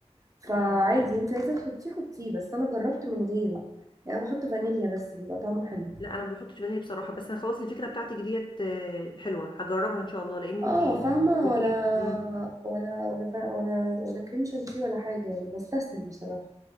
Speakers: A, on the right (about 30°); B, on the left (about 45°).
A: فعادي
B: مم.
A: انت عايزه تحطيه حطيه بس انا جربت من غيره يعني أنا بحط فانيليا بس بيبقى طعمه حلو
B: لا انا ما بحطش فانيليا بصراحه بس انا خلاص الفكره بتاعتك ديت آه، حلوه هجربها ان شاء الله لان
A: اه
B: انت
A: فاهمة
B: بتقولي
A: ولا
B: مم.
A: ولا ولا فا- ولا ولا كريم شانتيه ولا حاجة يعني بستسهل بصراحة